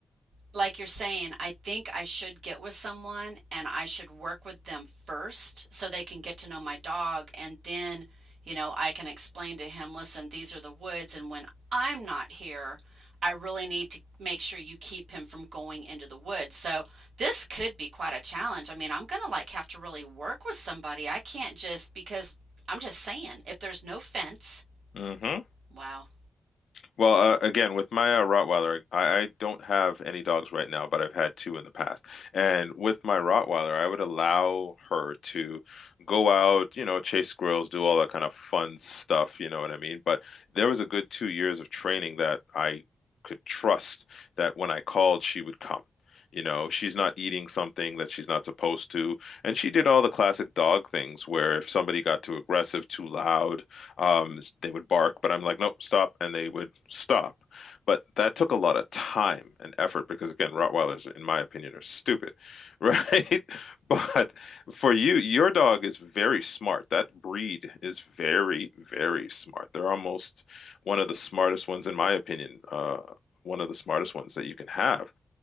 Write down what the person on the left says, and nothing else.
Mm-hmm.
Well, uh, again, with my uh, Rottweiler, I, I don't have any dogs right now, but I've had two in the past. And with my Rottweiler, I would allow her to go out, you know, chase squirrels, do all that kind of fun stuff, you know what I mean? But there was a good two years of training that I could trust that when I called, she would come. You know, she's not eating something that she's not supposed to. And she did all the classic dog things where if somebody got too aggressive, too loud, um, they would bark, but I'm like, nope, stop, and they would stop. But that took a lot of time and effort because, again, Rottweilers, in my opinion, are stupid, <laughs> right? But for you, your dog is very smart. That breed is very, very smart. They're almost one of the smartest ones, in my opinion, uh, one of the smartest ones that you can have.